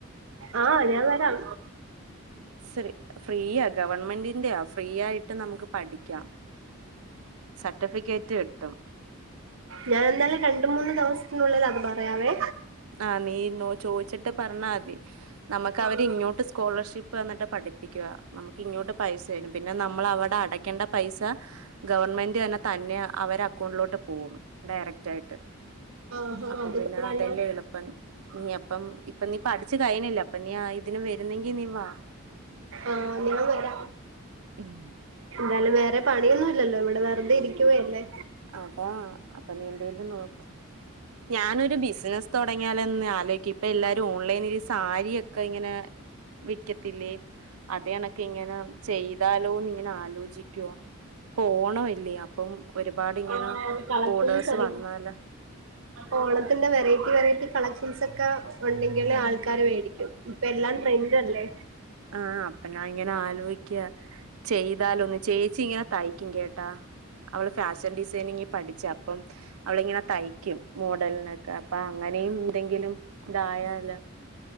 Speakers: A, on the right; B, on the right.
A: ആഹ് ഞാൻ വരാം.
B: ശ്രീ ഫ്രീയ ഗവൺമെന്റിന്റെയാ ഫ്രീ ആയിട്ട് നമുക്ക് പഠിക്കാം. സർട്ടിഫിക്കറ്റ് കിട്ടും.
A: ഞാനെന്താലും രണ്ട് മൂന്ന് ദിവസത്തിനുള്ളില് അത് പറയാവേ
B: ആ നീന്നോ ചോയിച്ചിട്ട് പറഞ്ഞാ മതി. നമക്ക് അവരിങ്ങോട്ട്
A: ആഹ്
B: സ്കോളർഷിപ്പ് വന്നിട്ട് പഠിപ്പിക്കുക നമക്ക് ഇങ്ങോട്ട് പൈസ വരും പിന്നെ നമ്മളവിടെ അട <unintelligible> പൈസ ഗവൺമെന്റ് തന്നെ തന്നെ അവര് അക്കൗണ്ടിലോട്ട് പോകും ഡയറക്റ്റ് ആയിട്ട്
A: ആഹ്
B: അപ്പൊ
A: അത്
B: പിന്ന
A: കൊള്ളാലോ
B: പ്പ നീ അപ്പം ഇപ്പ നീ പഠിച്ച് കയിഞ്ഞല്ല അപ്പ നീ ഇതിന് വരുന്നെങ്കി നീ വാ
A: ആഹ് ഞാൻ വരാ
B: ഉം
A: എന്നാലും വറെ പണിയൊന്നുലല്ലോ ഇവിടെ വെറുതെ ഇരിക്കുവയല്ലേ
B: അതാ അപ്പൊ നീ എന്തേലും നോക്ക് ഞാനൊരു ബിസിനസ് തുടങ്ങിയാലൊന്ന് ആലോയിക്കാ ഇപ്പ എല്ലാരും ഓൺലൈൻ വയി സാരിയൊക്കെ ഇങ്ങനെ വിക്കത്തില്ലേ അതണക്കെ ഇങ്ങനെ ചെയ്താലോന്ന് ഇങ്ങനെ ആലോചിക്കുവാ ഓണോല്ലേ അപ്പം ഒരുപാടിങ്ങനെ
A: ആഹ് കളക്ഷൻസ്
B: ഓടേഴ്സ്
A: അറി
B: വന്നാല
A: ഓണത്തിന്റെ വെറൈറ്റി വെറൈറ്റി കളക്ഷൻസ് ഒക്കെ ഉണ്ടെങ്കിൽ ആൾക്കാര് വേടിക്കും ഇപ്പ എല്ലാം ട്രെൻഡല്ലേ
B: ആ അപ്പൊ ഞാൻ ഇങ്ങന ആലോചിക്ക ചെയ്താല ഒന്ന് ചേച്ചി ഇങ്ങനെ തയ്ക്കും കേട്ടാ അവള് ഫാഷൻ ഡിസൈനിങ്ങിൽ പഠിച്ച അപ്പം അവളി ഇങ്ങനെ തയ്ക്കും മോഡലിനൊക്കെ അപ്പൊ അങ്ങനെയും എന്തെങ്കിലും ഇതായാല